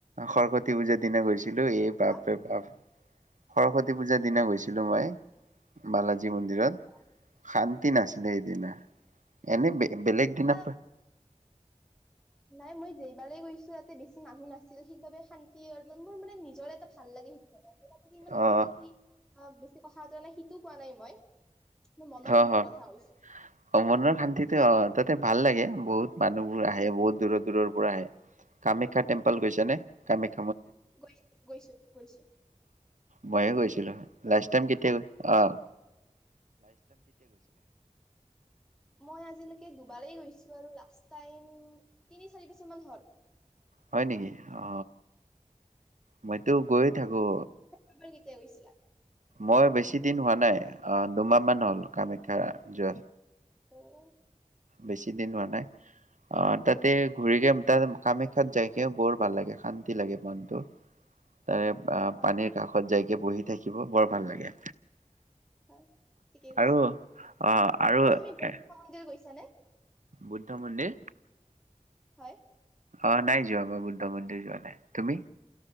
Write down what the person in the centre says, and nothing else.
কথা
অ
হয়
কিবা
নাই মই যেইবাৰেই গৈছো ইতে বেছি মানুহ নাছিল সেইবাবে শান্তি অলমান মোৰ মানে। নিজৰ এটা ভাল লাগে সেইে আৰুে ইমান
শান্তি বেছি। কথাতৰা নাই সিটো কোৱা নাই মই। কিন্তু মনৰ
শান্তিৰ
কথা কৈছো
গৈছ গৈছো গৈছো।
মই আজিলৈকে দুবাৰেই গৈছো আৰু লাষ্ট। টাইম তিনি চাৰি বছৰ মান হ'ল।
এবাৰ কেতিয়া গৈ চিলা।
অহ।
হয়
হয় ঠিকেই কৈছা
বাৰু তুমি বহুত
মন্দিৰ গৈছ নে
হয়